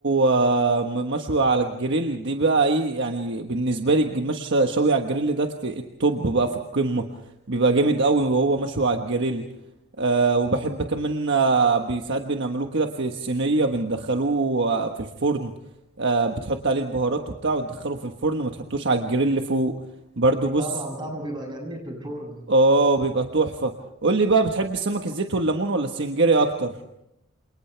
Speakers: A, on the right; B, on the right.
A: آه، م- مشوي على الجريل دي بقى ايه يعني بالنسبه لي مش شوي على الجريل ده في التوب بقى في القمه بيبقى جامد قوي وهو مشوي على الجريل أه وبحب كمان آه، بي- ساعات بنعملوه كده في الصينيه بندخلوه آه، في الفرن أه بتحط عليه البهارات وبتاع وتدخله في الفرن ما تحطوش على الجريل فوق برضو بص
B: طبعا طعمه بيبقى جميل في الفرن
A: اه بيبقى تحفة قول لي بقى بتحب السمك الزيت والليمون ولا السنجاري اكتر